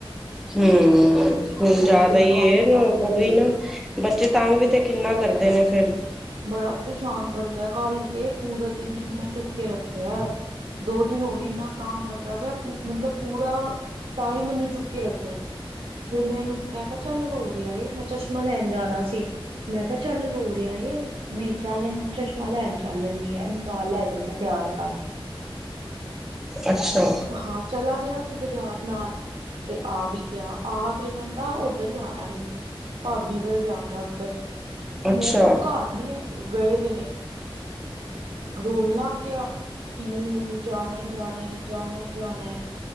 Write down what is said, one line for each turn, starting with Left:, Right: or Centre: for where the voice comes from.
Centre: ਹੂੰ, ਹੁਣ ਜ਼ਿਆਦਾ
Right: ਗੱਡੇ
Centre: ਹੀ
Right: ਕਾਲੇ
Centre: ਏ,
Right: ਕਾਲੇ
Centre: ਓਈ ਨਾ ਬੱਚੇ ਤੰਗ ਵੀ ਤੇ, ਕਿੰਨਾ ਕਰਦੇ ਨੇ ਫਿਰ।
Right: ਬੜਾ ਪਰੇਸ਼ਾਨ ਕਰਦਾ, ਕੱਲ ਤੇ ਪੂਰਾ ਦਿਨ ਇਹਨੂੰ ਮੈਂ ਚੁੱਕਕੇ ਰੱਖਿਆ। ਦੋ ਦਿਨ ਹੋ ਗਏ ਇੰਨਾ ਤੰਗ ਕਰਦਾ ਪਿਆ, ਮਤਲਬ ਪੂਰਾ ਤਾਂ ਹੀ ਮੈਨੂੰ ਚੁੱਕੀ ਰੱਖਿਆ। ਫਿਰ ਮੈ ਇਹਨੂੰ, ਮੈਂ ਕਿਹਾ ਚੱਲ ਰੋ ਰਿਹਾ ਏ, ਮੈਂ ਚਸ਼ਮਾ ਲੈਣ ਜਾਣਾ ਸੀ। ''ਮੈਂ ਕਿਹਾ ਚੱਲ ਰੋ ਰਿਹਾ ਏ ਵੀ ਚੱਲ ਇਹਨੂੰ ਚਸ਼ਮਾ ਲੈਣ ਚੱਲ ਲੈਂਨੀ ਆ, ਇਹਨੂੰ ਨਾਲ ਲੈ ਜਾਂਨੀ ਆ, ਤਿਆਰ ਕਰਕੇ।
Centre: ਅੱਛਾ
Right: ਹਾ, ਚਲਾ ਗਿਆ ਸੀ ਬਜ਼ਾਰ ਨਾਲ। ਤੇ ਆਵੀ ਗਿਆ, ਆਕੇ ਕਹਿੰਦਾ ਉੱਧਰ ਜਾਣਾ ਮੈਨੂੰ। ਭਾਬੀ ਵੱਲ ਜਾਣਾ ਉੱਧਰ,
Centre: ਅੱਛਾ
Right: ਮੈਂ ਕਿਹਾ ਉਹ ਘਰ- ਨਹੀਂ ਹੈਗੇ, ਓ ਗਏਦੇ ਨੇ, ਰੋਨ ਲੱਗ ਗਿਆ। ਕਿ ਨਹੀਂ, ਮੈਨੂੰ ਜਾਨਾ ਹੀ ਜਾਨਾ ਏਂ, ਜਾਨਾ ਹੀ ਜਾਨਾ ਐ।